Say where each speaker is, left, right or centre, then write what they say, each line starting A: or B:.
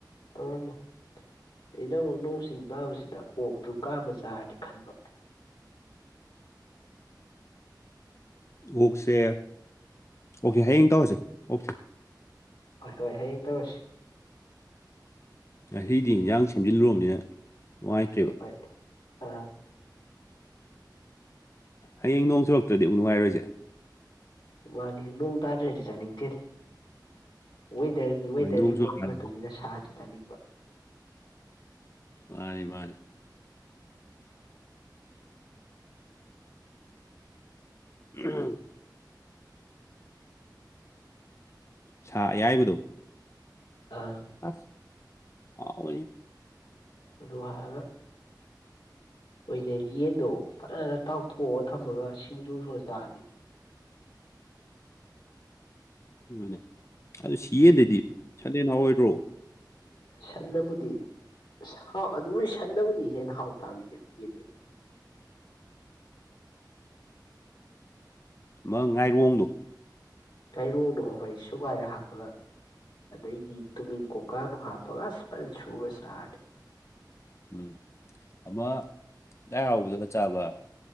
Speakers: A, on the left; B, on the left.
A: ꯇꯧꯔꯃꯣ ꯑꯩꯅꯕꯨꯨ ꯅꯁꯤꯡ ꯇꯥꯕꯁꯤꯗꯤ ꯑꯗ ꯑꯣꯛꯇꯨ ꯀꯥꯃ ꯆꯥꯔꯗꯤ ꯈꯟꯕ
B: ꯑꯣꯛꯁꯦ ꯑꯣꯀꯦ ꯍꯌꯦꯡ ꯇꯧꯔꯁꯦ ꯑꯣꯀꯦ
A: ꯍꯣꯏ ꯍꯣꯏ ꯍꯌꯦꯡ ꯇꯧꯔꯁꯤ
B: ꯉꯗꯤ ꯏꯟꯖꯥꯡ ꯁꯦꯝꯖꯤꯜꯂꯨꯔꯕꯅꯤꯅ ꯅꯨꯡꯉꯥꯏꯇ꯭ꯔꯦꯕ
A: ꯍꯣꯏ ꯑ
B: ꯍꯌꯦꯡ ꯅꯣꯡ ꯆꯨꯔꯛꯇ꯭ꯔꯗꯤ ꯑꯃꯨꯛ ꯅꯨꯡꯉꯥꯏꯔꯣꯏꯁꯦ
A: ꯃꯥꯅꯤ ꯅꯣꯡ ꯇꯥꯗ꯭ꯔꯗꯤ ꯆꯥꯅꯤꯡꯗꯦꯅꯦ ꯋꯦꯗꯔꯒꯤ ꯋꯦꯗꯔ
B: ꯍꯣꯏ ꯅꯣꯡ
A: ꯔꯤꯄꯣꯔꯠꯀꯤ
B: ꯆꯨꯔꯛꯀꯥꯟꯗ
A: ꯃꯇꯨꯡꯏꯟꯅ ꯁꯥꯁꯤ ꯆꯥꯅꯤꯡꯕ
B: ꯃꯥꯅꯤ ꯃꯥꯅꯤ ꯎꯝ ꯁꯥ ꯑꯌꯥꯏꯕꯗꯣ
A: ꯑ
B: ꯑꯁ ꯑꯥꯎ
A: ꯑꯗꯨ ꯍꯥꯏꯔꯒ ꯑꯣꯏꯅ ꯌꯦꯟꯗꯣ ꯐꯖꯅ ꯇꯥꯎꯊꯣꯛꯑꯒ ꯊꯝꯃꯒ ꯁꯤꯡꯖꯨꯁꯨ ꯆꯥꯔꯗꯤ
B: ꯅꯦ ꯑꯗꯨ ꯁꯤ ꯌꯦꯟꯗꯗꯤ ꯁꯟꯗꯦ ꯅꯍꯎꯑꯣꯏꯗ꯭ꯔꯣ
A: ꯁꯟꯅꯕꯨꯗꯤ ꯑꯁ ꯍꯥꯎ ꯑꯗꯨꯕꯨꯗꯤ ꯁꯟꯅꯕꯨꯗꯤ ꯍꯦꯟꯅ ꯍꯥꯎ ꯇꯥꯝꯃꯤꯁꯦ ꯌꯦꯗꯦ
B: ꯃ ꯉꯥꯏꯔꯣꯡꯗꯣ
A: ꯀꯥꯏꯔꯣꯡꯅꯣ ꯑꯩꯈꯣꯏ ꯁꯨꯒꯥꯏ ꯍꯥꯞꯄꯒ ꯑꯗꯩꯗꯤ ꯇꯨꯃꯤꯟ ꯀꯧꯀꯥꯅꯣ ꯍꯥꯞꯄ ꯄ꯭ꯂꯥꯁ ꯄꯁꯨ ꯁꯥꯥ
B: ꯎꯝ ꯑꯃ ꯂꯥꯏ ꯍꯔꯥꯎꯕꯗꯨꯒ ꯆꯥꯕ